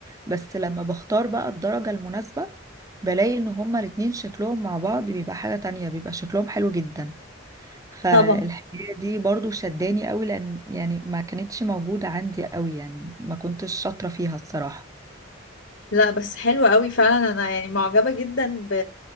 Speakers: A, on the right (about 15°); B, on the left (about 70°).
A: بس لما بختار بقى الدرجة المناسبة بلاقي إن هما الاتنين شكلهم مع بعض بيبقى حاجة تانية بيبقى شكلهم حلو جدا فالحكاية
B: طبعا
A: دي برضو شداني أوي لأن يعني ما كانتش موجودة عندي أوي يعني ما كنتش شاطرة فيها الصراحة
B: لا بس حلوة قوي فعلا انا يعني معجبة جدا ب